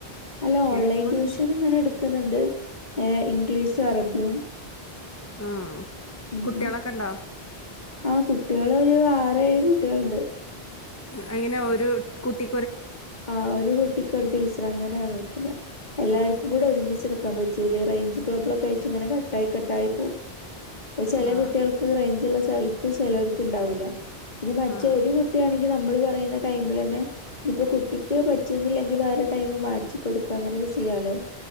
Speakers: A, on the left (about 45°); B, on the left (about 15°).
A: അല്ല
B: ഞാനിപ്പോ
A: ഓൺലൈൻ
B: ഒന്നും
A: ട്യൂഷൻ
B: ചെ
A: ഇങ്ങനെ എടുക്കുന്നുണ്ട് ഏ ഇംഗ്ലീഷ് ഷും അറബിയും
B: ആ
A: ഉം
B: കുട്ടികളൊക്കെ ഉണ്ടോ
A: ആ കുട്ടികള് ഒരു ആറേഴ് കുട്ടികളുണ്ട്
B: അങ്ങനെ ഒരു കുട്ടി
A: ആഹ് ഒരു കുട്ടിക്ക് ഒരു ടീച്ചറ് അങ്ങനെയാണ് എടുക്കുന്നത് എല്ലാർക്കും
B: ആ
A: കൂടെ ഒരുമിച്ചെടുക്കാൻ പറ്റൂലേ റേയ്ഞ്ച് പ്രോബ്ലക്കായിട്ട് ഇങ്ങനെ കട്ടായി കട്ടായി പോവും ചെല
B: ആ
A: കുട്ടികൾക്ക് റെയ്ഞ്ചൽ സ്ഥലത്ത് ചിലർക്ക് ഉണ്ടാവൂല ഇത് മറ്റേ
B: ആ
A: ഒരു കുട്ടിയാണെങ്കിൽ നമ്മള് പ പറയുന്ന ടൈമില് തന്നെ നിക്കുകു ട്ടിക്ക് പറ്റുന്നില്ലെങ്കിൽ വേറെ ടൈമ് മാറ്റി കൊടുക്ക അങ്ങനെയൊക്കെ ചെയ്യാലോ